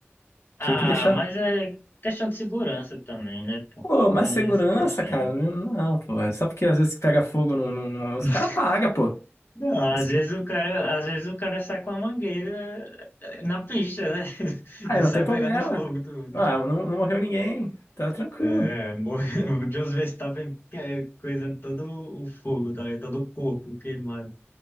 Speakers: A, on the left; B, on the left.
A: Ah,
B: Tinha que deixar.
A: mas é questão de segurança também, né, pô?
B: Pô, mais
A: Tem
B: segurança,
A: essa questão.
B: cara. Não, não, pô. É só porque às vezes pega fogo, não, não- não- os
A: <laughs>
B: caras pagam, pô.
A: Não,
B: Mas,
A: às vezes o cara, às vezes o cara sai com a mangueira eh, na pista, né? <laughs>
B: ah,
A: E
B: não
A: sai
B: tem problema.
A: pegando fogo tudo.
B: Ah, não, não morreu ninguém. Tá tranquilo.
A: É, mor- <laughs> o Jos Verstappen é, coisando todo o fogo, tá ligado? Todo o corpo queimado.